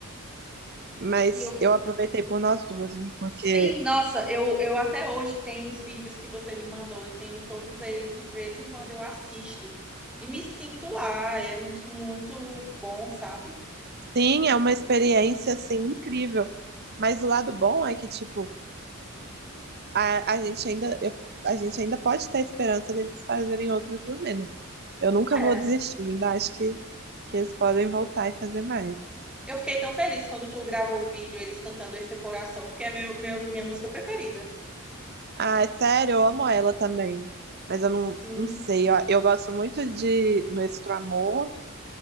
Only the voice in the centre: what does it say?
E eu,
sim, nossa, eu, eu até hoje tenho os vídeos que você me mandou, eu tenho todos eles, de vez em quando eu assisto. E me sinto lá, é muito, muito bom, sabe?
É.
Eu fiquei tão feliz quando tu gravou o vídeo, eles cantando Esse Coração, porque é meu, meu, minha música preferida.
Sim.